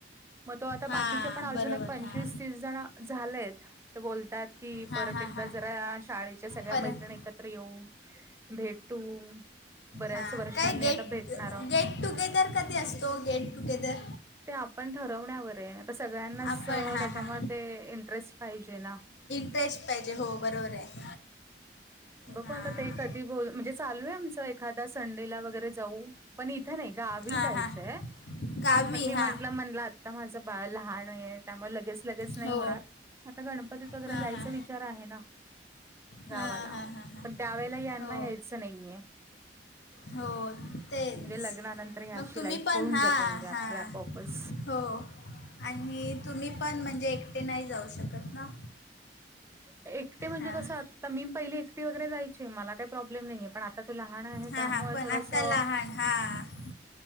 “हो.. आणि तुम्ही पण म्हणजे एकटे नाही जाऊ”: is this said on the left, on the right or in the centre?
Left